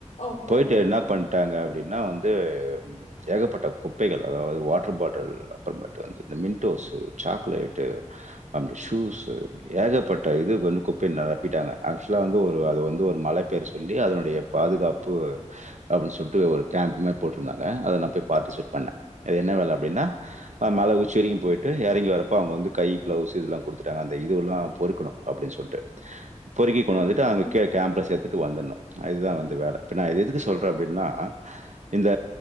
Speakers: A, on the left; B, on the right.
A: ஓகே
B: போய்ட்டு
A: ஓகே
B: எனா
A: ஓகே
B: பண்டாங்க அப்டின்னா வந்து அ ஏகபட்ட குப்பைகள் அதாவ்து வாட்ரு பாட்டில் அப்றமேட்டு வந்து இந்த மின்டோசு சாக்லேட்டு் அந்த ஷூஸ்சு ஏகபட்ட இது வ குப்ப நெரபிடாங்க ஆக்சுலா வந்து ஒரு அது வந்து ஒரு மலை பேர சொல்லி அதனுடைய பாதுகாப்பு அபுடினு சொல்ட்டு ஒரு டேம் மேப் போட்ருதாங்க அத நா போய் பாடிசிட்பேட் பண்ணே என்ன வேல அப்டின்னா ஆ மல உச்சி வரக்யு போய்ட்டு எறங்கி வரப்ப அவுங்க வந்து கை க்ளவுஸ் இதுலா குடுத்துடாங்க அந்த இது எல்லா பொறுக்குணு அப்டின் சொல்ட்டு பொறுக்கி கொண்டாதுட்டு அங்க
A: ம்,
B: கே கேம்பஸ் எதுட்டு வந்தர்ணு அதுதா வந்து வேல இப்ப நா எதுக்கு சொல்றே அப்டின்னா இந்த